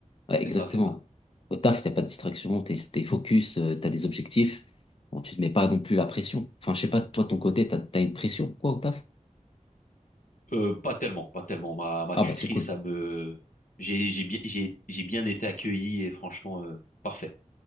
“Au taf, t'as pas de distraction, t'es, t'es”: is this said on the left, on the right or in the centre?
Left